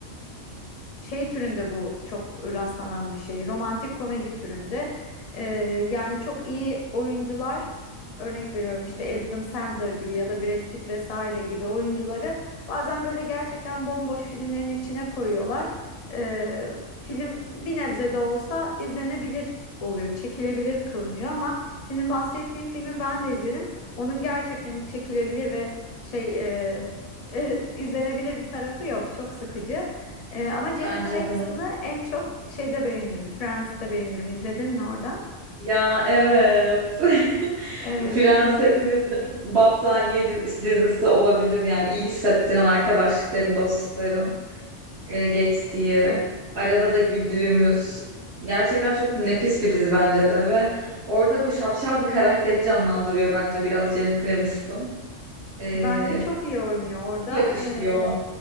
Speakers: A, on the left; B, on the right.
A: şey türünde bu çok rastlanan bir şey. Romantik komedi türünde. Ee, yani çok iyi oyuncular örnek veriyorum işte Adam Sandler gibi ya da Brad Pitt vesaire gibi oyuncuları bazen böyle gerçekten bomboş filmlerin içine koyuyorlar. Ee, film bir nebze de olsa izlenebilir oluyor, çekilebilir kılınıyor ama senin bahsettiğin filmi ben de izledim. Onun gerçekten hiç çekilebilir ve şey e, <laughs> izlenebilir bir tarafı yok. Çok sıkıcı. Ee, ama Jennifer
B: Bence
A: Aniston'ı
B: de.
A: en çok şeyde beğenirim. Friends'te beğenirim. İzledin mi orada?
B: Ya evet. <laughs>
A: Evet,
B: Friends
A: Friends
B: hepimizin
A: de güzel olur.
B: battaniye diz- dizisi olabilir yani iyi hissettiren arkadaşlıkların, dostlukların e, geçtiği, arada da güldüğümüz gerçekten çok nefis bir dizi bence de ve orada böyle şapşal bir karakteri canlandırıyor bence biraz Jennifer Aniston. E,
A: Bence çok iyi oynuyor orada.
B: çok yakışıyor.
A: Ee,